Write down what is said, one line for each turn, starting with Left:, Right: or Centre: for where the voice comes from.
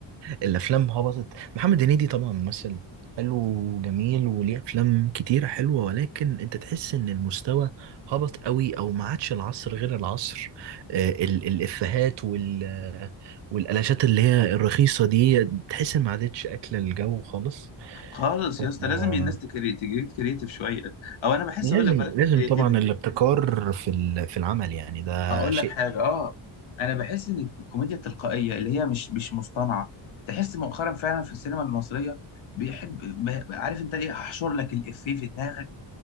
Right: الأفلام هبطت محمد هنيدي طبعا ممثل حلو وجميل وليه أفلام كتيرة حلوة ولكن أنت تحس إن المستوى هبط قوي أو ما عادش العصر غير العصر آه، ال- الإفيهات وال والقلاشات اللي هي الرخيصة دي تحس إن ما عادتش أكلة الجو خالص
Left: خالص
Right: آه،
Left: يا اسطى لازم الناس تكري- تجيب كريتيف شويه او انا بحس
Right: لازم
Left: اقول لك بلاش
Right: لازم
Left: كريتيفيتي
Right: طبعا الابتكار في ال- في العمل يعني ده
Left: اقول
Right: شيء
Left: لك حاجه اه انا بحس ان الكوميديا التلقائيه اللي هي مش مش مصطنعه تحس مؤخرا فعلا في السينما المصريه بيحب ب- عارف انت ليه هحشر لك الافيه في دماغك